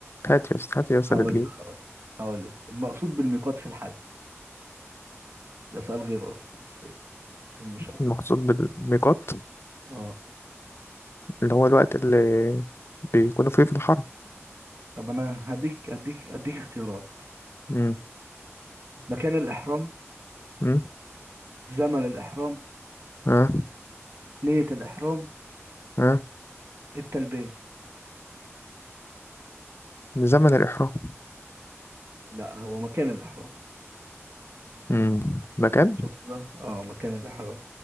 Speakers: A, on the left; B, on the right.
A: هات يا اسطى هات يا اسطى
B: هقول
A: اللي تجيب
B: لك هقول لك هقول لك المقصود بالميقات في الحج ده سؤال غير أصلا بس بس إن شاء الله
A: المقصود بالميقات
B: أه
A: اللي هو الوقت اللي بيكونوا فيه في الحرم
B: طب أنا هديك أديك أديك اختيارات
A: امم
B: مكان الإحرام
A: امم
B: زمن الإحرام
A: اه
B: نية الإحرام
A: اه
B: التلبية
A: من زمن الإحرام
B: لا هو مكان الإحرام
A: امم مكان
B: شفت بقى أه مكان الإحرام